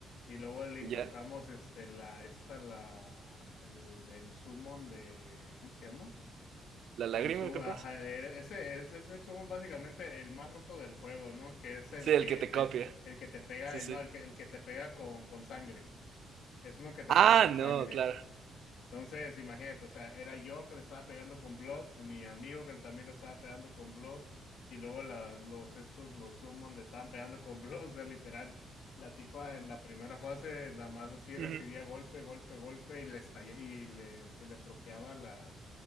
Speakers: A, on the left; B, on the right.
A: Y luego le invocamos
B: ¿Ya?
A: este, la, esta, la, el, el summon de, ¿cómo se llama?
B: ¿La lágrima
A: El Summon,
B: capaz?
A: ajá, era- ese es, es el Summon básicamente el más roto del juego, ¿no? Que es el
B: Sí, el
A: que
B: que te
A: te,
B: copia.
A: el que te pega,
B: Sí,
A: el
B: sí.
A: no, el que, el que te pega con, con sangre. Es uno que te
B: Ah,
A: pega con
B: no,
A: sangre.
B: claro.
A: Entonces, imagínate, o sea, era yo que le estaba pegando con Blood, mi amigo que también le estaba pegando con Blood, y luego la, los estos, los Summon le estaban pegando con <laughs> Blood, o sea, literal. La tipa en la primera fase nada más así
B: Ujú.
A: recibía golpe, golpe, golpe, y le estalla, y le, se le proqueaba la